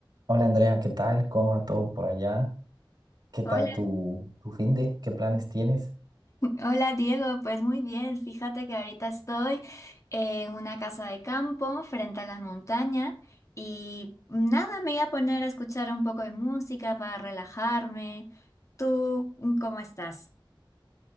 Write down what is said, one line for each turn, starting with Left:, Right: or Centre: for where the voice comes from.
Right: Hola Andrea, ¿qué tal? ¿Cómo va todo por allá? ¿Qué
Left: Hola,
Right: tal tu, tu fin de? ¿Qué planes tienes?
Left: hola Diego, pues muy bien, fíjate que ahorita estoy en una casa de campo frente a la montaña y nada, me voy a poner a escuchar un poco de música para relajarme. ¿Tú mm, cómo estás?